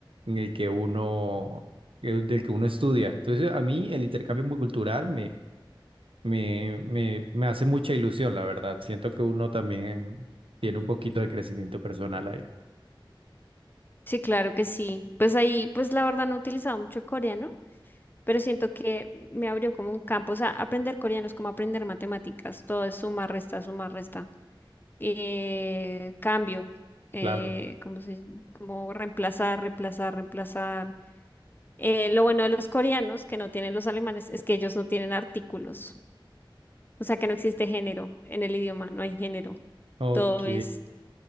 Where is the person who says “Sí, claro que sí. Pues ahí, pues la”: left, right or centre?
Left